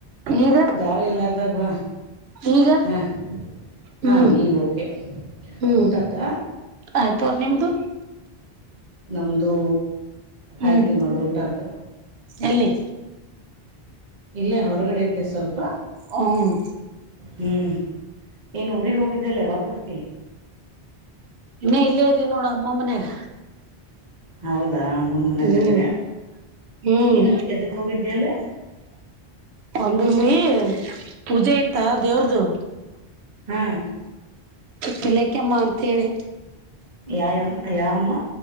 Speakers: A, on the right (about 85°); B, on the right (about 45°).
A: ಈಗ
B: ಗಾಳಿ ಇಲ್ಲಾರದಾಗ ಬಾ
A: ಈಗ
B: ಹಾ
A: ಹ್ಮ್
B: ಹಾ ಈಗ ಕೆ
A: ಹ್ಮ್
B: ಊಟತ್ತ
A: ಆಯ್ತು ನಿಮ್ದು
B: ನಮ್ದೂ
A: ಹ್ಮ್
B: ಆಯ್ತು ನೋಡು ಊಟ ಆತು
A: ಎಲ್ಲಿ
B: ಇಲ್ಲೇ ಹೊರಗಡೆ ಇದ್ದೆ ಸ್ವಲ್ಪ
A: ಹ್ಮ್
B: ಹ್ಮ್ ಏನ್ ಊರಿಗೆ ಹೋಗಿದ್ದಲ್ಲ ಯಾವಾಗ ಬರ್ತಿ
A: ಇನ್ನೇ ಇಲ್ಲೇ ಇದ್ದೀ ನೋಡ ಅಮ್ಮಮಗನ್ಯಾಗ
B: ಹೌದಾ ಮುನ್ ಮನ್ಾಗದಿರ
A: ಹ್ಮ್ ಹ್ಮ್
B: ಏನಕ್ ಎದಕ್ ಹೋಗಿದ್ದ್ಯಲ್ಲ
A: ಒಂದಮ್ಮಿ ಪೂಜೆ ಇತ್ತಾ ದೇವ್ರದು
B: ಹ್
A: ತಿಲೆಕಮ್ಮ ಅಂತ ಹೇಳಿ
B: ಯಾಯಾಮ ಯಾಅಮ್ಮ